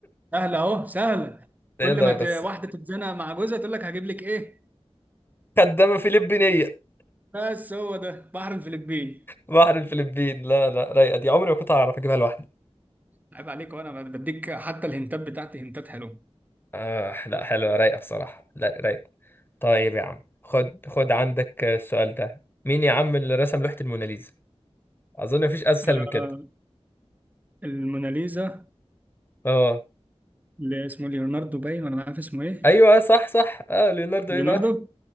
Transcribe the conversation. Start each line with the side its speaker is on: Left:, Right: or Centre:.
Right: سهلة اهو سهلة كل
Left: إيه ده
Right: ما ت...
Left: بس
Right: واحدة تتزنق مع جوزها تقول لك هجيب لك ايه
Left: خدامة فلبينية
Right: بس هو ده بحر الفلبين
Left: بحر الفلبين لا لا رايقة دي عمري ما كنت هعرف اجيبها لوحدي
Right: عيب عليك وانا بديك حتى الهنتات بتاعتي هنتات حلوه
Left: آه لا حلوة رايقة بصراحة لا رايقة طيب يا عم خد خد عندك السؤال ده مين يا عم اللي رسم لوحة الموناليزا اظن مفيش اسهل
Right: آه
Left: من كده
Right: الموناليزا
Left: اه
Right: اللي اسمه ليوناردو باين ولا مش عارف اسمه ايه
Left: ايوه آه، صح صح اه ليوناردو ايه
Right: ليوناردو
Left: بقى